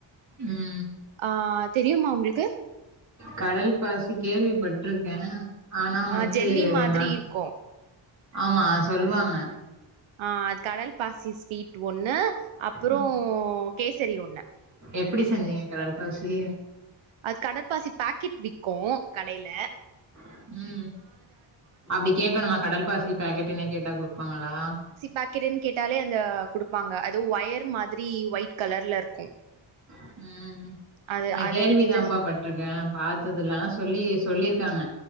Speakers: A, on the right (about 35°); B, on the right (about 85°).
A: ம்
B: ஆ தெரியுமா உங்களுக்கு
A: கடல் பாசி கேள்விபட்ருக்கே ஆனா
B: ஆ
A: வந்து
B: ஜெல்லி மாதிரி
A: நா
B: இருக்கு
A: ஆமா சொல்லுவாங்க
B: ஆ அது கடல் பாசி ஸ்வீட் ஒண்ணு அப்பறோ
A: ம்
B: கேசரி ஒண்ணு
A: எப்டி செஞ்சீங்க கடல் பாசி
B: அது கடல்பாசி பாக்கெட் விக்கு கடேல
A: ம் அப்டி கேக்கணுமா கடல் பாசி பாக்கெட்டுனே கேட்டா குடுப்பாங்களா
B: பாக்கெடுன் கேட்டாலே அந்த குடுப்பாங்க அது ஒயர் மாதிரி ஒயிட் கலர்ல இருக்கு
A: ம் ம்
B: அது
A: நா
B: அத
A: கேள்விதாம்பா
B: எடுத்து
A: பட்ருக்கே நா பாத்தது இல்ல ஆனா சொல்லி சொல்லிருக்காங்க